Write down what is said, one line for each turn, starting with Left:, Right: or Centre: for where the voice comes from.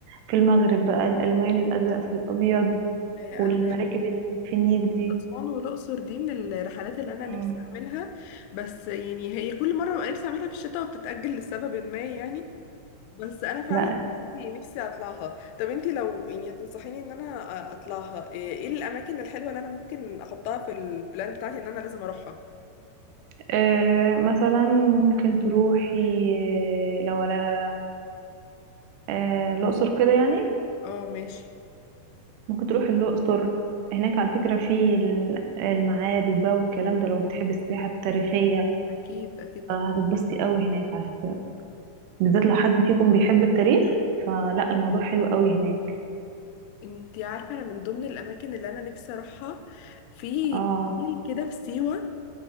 Right: في المغرب بقى الألوان الأزرق في الأبيض
Left: آه،
Right: والمراكب
Left: انا
Right: ال- في النيل دي
Left: أسوان والأقصر دي من الرحلات اللي أنا نفسي
Right: مم.
Left: أعملها بس يعني هي كل مرة ببقى نفسي أعملها في الشتاء وبتتأجل لسبب ما يعني بس أنا فعلا
Right: لا
Left: نفسي نفسي أطلعها طب أنتي لو يعني تنصحيني إن أنا أ- أطلعها إيه إيه الأماكن الحلوة اللي أنا ممكن أحطها في البلان بتاعتي إن أنا لازم أروحها
Right: آه، مثلا ممكن تروحي آه، لو على آه، الأقصر كده يعني
Left: اه ماشي
Right: ممكن تروحي الأقصر هناك على فكرة في ال- المعابد بقى والكلام ده لو بتحبي السياحة التاريخية
Left: أكيد أكيد طبعا
Right: هتتبسطي قوي هناك على فكرة بالذات لو حد فيكم بيحب التاريخ فلا الموضوع حلو قوي هناك
Left: أنتي عارفة أنا من ضمن الأماكن اللي أنا نفسي أروحها في
Right: اه
Left: فيل كده في سيوة